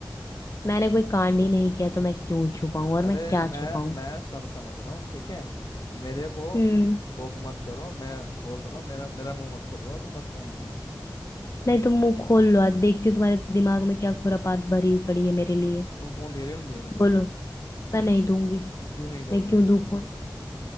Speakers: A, on the left; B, on the left.
A: मैंने कोई कांड ही नहीं किया तो मैं क्यों छुपाऊं और
B: अरे
A: मैं क्या
B: मैं
A: छुपाऊं
B: मैं सब समझ रहा हूँ ठीक है मेरे को
A: हम्म
B: पोक मत करो मैं बोल तो रहा हूँ मेरा मेरा मुंह मत खुलवाओ तुम बस फोन दे दो
A: नहीं तुम मुंह खोल लो आज देखती हूँ तुम्हारे दिमाग में क्या खुरापात भरी पड़ी है मेरे लिए
B: तुम फोन दे रहे हो नहीं दे रही
A: बोलो मैं नहीं दूंगी
B: क्यों नहीं दोगे
A: मैं क्यों दूं फोन